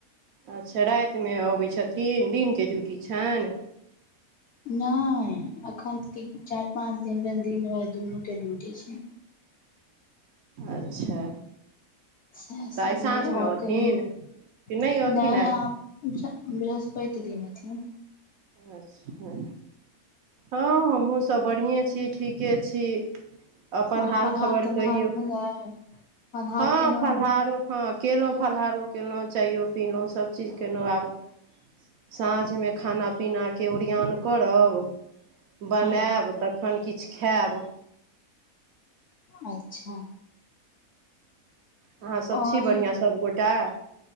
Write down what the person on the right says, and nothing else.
अच्छा रातिमे अबैत छथिन दिनके ड्यूटी छनि।
अच्छा
तऽ
आइ साँझमे
अथिन
कि अथिन आइ
अच्छा हँ हमहुँ सब बढ़िए छी। ठीके छी। अपन
हाल
खबर
कहियौ
हँ
फलहारो। हँ केलहुँ फलहारो केलहुँ चाइयो। पिलहुँ सब चीज केलहुँ आब साँझ मे। खाना पीनाके ओरियन करब बनायब
तखन किछु खायब।
अहाँ सब
छी बढ़िआं सभगोटा